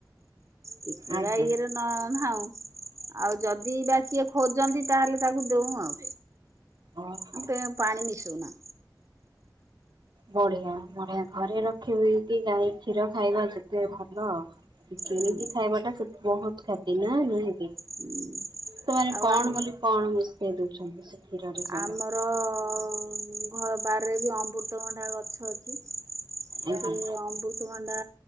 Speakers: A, on the right; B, on the right.
A: ଟିକିରା
B: ଆଜ୍ଞା
A: ଇଏରେ ନ ନାଉ ଆଉ ଯଦି ବା କିଏ ଖୋଜନ୍ତି ତାହେଲେ ତାକୁ ଦଉ ଆଉ।
B: ଓହୋ।
A: ଆମପେ ପାଣିମ ମିସୁନା।
B: ବଢିଆ ବଢିଆ ଘରେ ରଖିବି କି ଗାଈ କ୍ଷୀର ଖାଇବା ଯେତେ ଭଲ ଟିକେଇ
A: ହୁଁ।
B: କି ଖାଇବାଟା ସେ ବହୁତ କ୍ଷତି ନା ନେଇକି?
A: ହୁଁ
B: ସେମାନେ
A: ଆଉ
B: କ'ଣ
A: ଆମ
B: ବୋଲି କ'ଣ ମିଶେଇ ଦଉଛନ୍ତି ସେ କ୍ଷୀରରେ ସବୁ
A: ଆମରଅଅଅ ଉମ ଘ ବାରରେ ବି ଅମୃତଭଣ୍ଡା ଗଛ ଅଛି,
B: ଆଜ୍ଞା।
A: ସେ ଅମୃତଭଣ୍ଡା